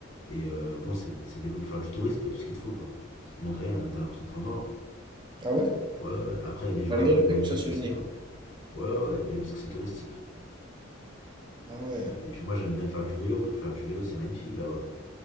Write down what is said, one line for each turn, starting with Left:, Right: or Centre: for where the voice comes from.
Left: Et euh, bon, c'est c'est développé pour faire du tourisme, t'as tout ce qu'il te faut, quoi. Il te manque rien, t'as l'impression d'être en Europe.
Right: Ah ouais?
Left: Ouais, ouais. ouais. Après, les gens
Right: Malgré
Left: là-bas,
Right: le
Left: comment
Right: fait que
Left: ils
Right: tu
Left: vivent,
Right: sois sur
Left: je sais
Right: une île.
Left: pas. Ouais, ouais, ouais, mais parce que c'est touristique.
Right: Ah ouais.
Left: Et puis moi, j'aime bien faire du vélo. Pour faire du vélo, c'est magnifique là-bas.